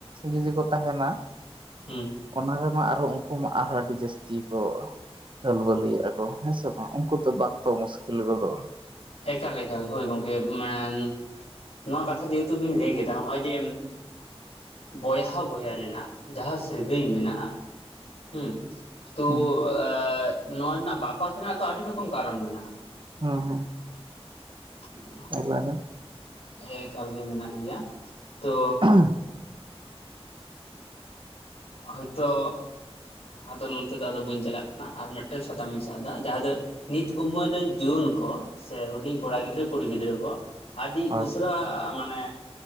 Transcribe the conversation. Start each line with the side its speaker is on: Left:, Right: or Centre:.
Right: ᱡᱫᱤ ᱠᱚ ᱛᱟᱦᱮᱱᱟ
Left: ᱦᱩᱻᱸ
Right: ᱚᱱᱟ ᱨᱮᱢᱟ ᱟᱨᱚ ᱩᱱᱠᱩ ᱢᱟ ᱟᱨᱦᱚᱸ ᱟᱹᱰᱤ ᱡᱟᱹᱥᱛᱤ ᱠᱚ ᱦᱟᱹᱞ ᱵᱟᱹᱞᱤᱭᱮᱫᱼᱟ ᱠᱚ ᱦᱮᱸ ᱥᱮᱮ ᱵᱟᱝ ᱠᱩᱛ ᱵᱟᱜᱛᱚ ᱢᱩᱥᱠᱤᱞ ᱫᱚᱚ
Left: ᱮᱠᱟᱞ ᱮᱠᱟᱞ ᱦᱳᱭ ᱜᱚᱝᱠᱮ ᱢᱮᱱ ᱱᱚᱣᱟ ᱠᱟᱛᱷᱟ ᱡᱮᱦᱮᱛᱩ ᱵᱤᱱ ᱞᱟᱹᱭ ᱠᱮᱫᱟ ᱱᱚᱜᱼᱚᱭ ᱡᱮ ᱵᱚᱭᱦᱟ ᱵᱚᱭᱦᱟ ᱨᱮᱱᱟᱜ ᱡᱟᱦᱟᱸ ᱥᱟᱹᱜᱟᱹᱭ ᱢᱮᱱᱟᱜᱼᱟ ᱦᱮᱸ ᱛᱚ
Right: ᱦᱮᱸ
Left: ᱟ. ᱻ ᱱᱚᱣᱟ ᱨᱮᱱᱟᱜ ᱵᱟᱯᱟᱞ ᱨᱮᱱᱟᱜ ᱫᱚ ᱟᱹᱰᱤ ᱨᱚᱠᱚᱢ ᱠᱟᱨᱚᱱ ᱢᱮᱱᱟᱜᱼᱟ
Right: ᱦᱩᱸ ᱦᱩᱸ
Left: <unintelligible>
Right: ᱮᱠ ᱵᱟᱨᱮ
Left: ᱮᱠᱟᱞ ᱜᱮ ᱢᱮᱱᱟᱜ ᱜᱮᱭᱟ ᱛᱚ
Right: ᱦᱮᱸ
Left: ᱦᱚᱭ ᱛᱚ ᱟᱫᱚ ᱱᱚᱛᱮ ᱫᱚ ᱟᱫᱚ ᱵᱟᱹᱧ ᱪᱟᱞᱟᱜ ᱠᱟᱱᱟ ᱟᱨ ᱢᱤᱫᱴᱮᱱ ᱥᱟᱛᱟᱢᱤᱧ ᱥᱟᱵ ᱮᱫᱟ ᱡᱟᱦᱟᱸ ᱫᱚ ᱱᱤᱛ ᱩᱢᱮᱨ ᱨᱮᱱ ᱡᱩᱣᱟᱹᱱ ᱠᱚ ᱥᱮ ᱦᱩᱰᱤᱧ ᱠᱚᱲᱟ ᱜᱤᱫᱽᱨᱟᱹ ᱠᱩᱲᱤ ᱜᱤᱫᱽᱨᱟᱹ ᱠᱚ ᱟᱹᱰᱤ
Right: ᱦᱳᱭ
Left: ᱩᱥᱟᱹᱨᱟ ᱢᱟᱱᱮ